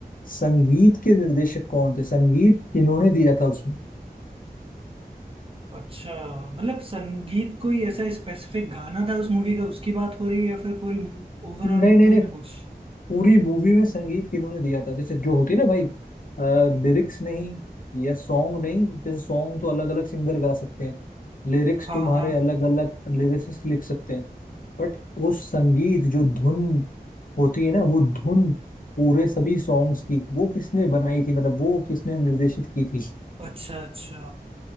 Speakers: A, on the left; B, on the right.
A: संगीत के निर्देशक कौन थे संगीत किन्होंने दिया था उसमें
B: अच्छा मतलब संगीत कोई ऐसा स्पेसिफिक गाना था उस मूवी का उसकी बात हो रही है या फिर पूरी ओवरऑल
A: नहीं
B: मूवी
A: नहीं नहीं
B: में कुछ
A: पूरी मूवी में संगीत किन्होंने दिया था जैसे जो होती है ना भाई लिरिक्स नहीं या सॉन्ग नहीं जैसे सॉन्ग तो अलग अलग सिंगर गा सकते हैं लिरिक्स
B: हाँ
A: तुम्हारे
B: हाँ
A: अलग अलग लिरिसिस्ट लिख सकते हैं बट वो संगीत जो धुन होती है ना वो धुन पूरे सभी सॉन्ग्स की वो किसने बनाई थी मतलब वो किसने निर्देशित की थी
B: अच्छा अच्छा